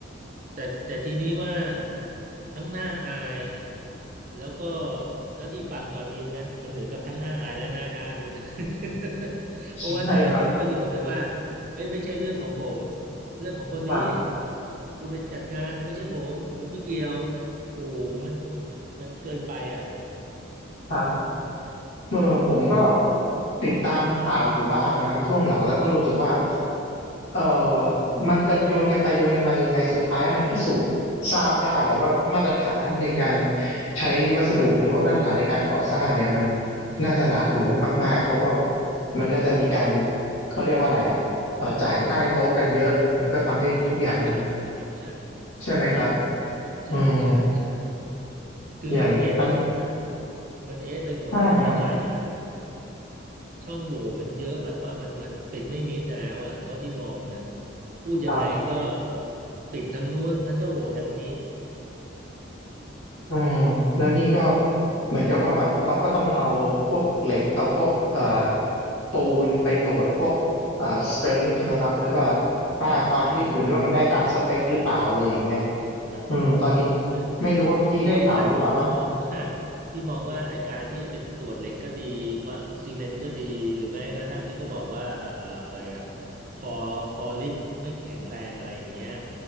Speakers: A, on the right; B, on the left.
A: แต่แต่ทีนี้ว่าทั้งหน้าอายแล้วก็เท่าที่ฟังตอนนี้นะมันเหมือนกับทั้งหน้าอายและหน้าด้านด้วยนะ <laughs> เพราะว่าแต่ละคนก็โยนไปว่า
B: ใช่ครับ
A: เอ้ยไม่ใช่เรื่องของผมเรื่องของคนนี้
B: ครับ
A: คุณไปจัดการไม่ใช่ผมผมไม่เกี่ยวโอ้โหมันมันเกินไปอ่ะ
B: ครับเออผมก็
A: อืม
B: ติดตามข่าวอยู่บ้างนะครับช่วงหลังแล้วก็รู้สึกว่า เอ่อมันจะโยนกันไปโยนกันมายังไงสุดท้ายมันพิสูจน์ทราบได้แล้วว่ามาตรฐานในการใช้วัสดุหรือว่ามาตรฐานในการก่อสร้างเนี่ยมันน่าจะหละหลวมมากๆเพราะว่ามันน่าจะมีการเขาเรียกว่าอะไรอ่ะเอ่อจ่ายใต้โต๊ะกันเยอะมันก็ทำให้ทุกอย่างมัน
A: เอ่อคอร์รัปชันคอร์รัปชัน
B: ใช่ไหมครับ
A: เนอะใช่ใช่ใช่
B: อืม
A: คือมันเอ๊ะไปหมดอะ
B: อย่างปัญ
A: มันเอ๊ะไปหมดเลยตั้งหลายอย่าง
B: ใช่คร
A: ช่องโหว่มันเยอะแบบว่ามันมันปิดไม่มิดแล้วอ่ะเท่าที่มองนะพูดยังไงก็
B: ับ
A: ปิดทางนู้นมันก็โหว่ทางนี้
B: อ่าแล้วนี่ก็เหมือนกับว่าแบบเขาก็ต้องเอาพวกเหล็กเอาพวกเอ่อปูนไปตรวจพวกเอ่อ strength ใช่ไหมครับแล้วก็ค่าความยืดหยุ่นว่ามันได้ตามสเปคหรือเปล่าอะไรอย่างเงี้ย
A: ใช่ใช่ใช่ใช่คือ ครับครับ
B: อืมตอนนี้
A: คือคือคือในขั้นต้นที่มอง
B: ไม่รู้ว่าพี่ได้ข่าวหรือเปล่าว่า
A: <laughs> ว่าที่มองว่าไอการที่ไปตรวจเหล็กก็ดีคอซีเมนต์ก็ดีหรือแม้กระทั่งที่ก็บอกว่าเอ่ออะไรอ่ะคอคอลิฟต์ไม่แข็งแรงอะไรอย่างเงี้ย